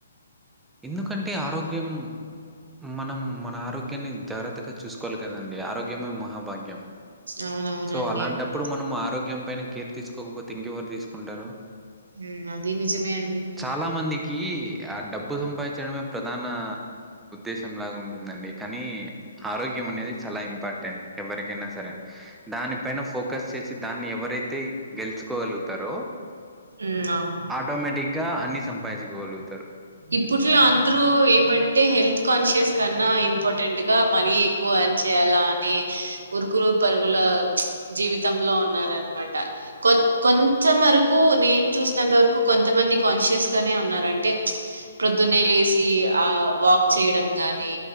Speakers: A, in the centre; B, on the right.
A: ఎందుకంటే ఆరోగ్యం మనం మన ఆరోగ్యాన్ని జాగ్రత్త గా చూసుకోవాలి కదండి ఆరోగ్యమే మహాభాగ్య ముఖ్యం
B: అవునవునండి
A: సో అలాంటప్పుడు
B: అది
A: మనం ఆరోగ్యం పైన కేర్ తీసుకోకపోతే ఇంగేవరు తీసుకుంటారు
B: మ్మ్ అది నిజమే అండి
A: చాలా మందికి ఆ డబ్బు సంపాదించడమే ప్రధాన ఉద్దేశం లాగా ఉంటుందండి కానీ ఆరోగ్యం అనేది చాలా ఇంపార్టెంట్ ఎవరికైనా సరే దానిపైన ఫోకస్ చేసి దాన్ని ఎవరైతే గెలుచుకోగలుగుతారో
B: ఉ అవును
A: ఆటోమేటిక్ గా అన్ని సంపాదించుకోగలుగుతారు
B: ఇప్పుట్లో అందరు ఏమంటే హెల్త్ కాన్షియస్ కన్నా ఇంపార్టెంట్ గా మనీ ఎక్కువ అని చె ఎలా అని ఉరుకులు పరుగుల జీవితంలో ఉన్నారనమాట కొత్ కొంత వరకు నేను చూసినంత వరకు కొంతమంది కాన్షియస్ గానే ఉన్నారు అంటే ప్రొద్దున్నే లేసి ఆ వాక్ చేయడం గాని